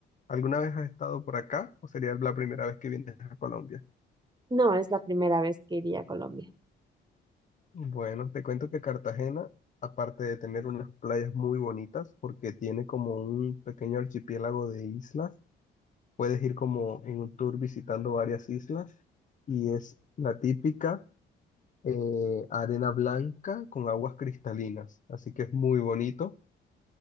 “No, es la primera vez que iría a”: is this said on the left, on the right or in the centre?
Right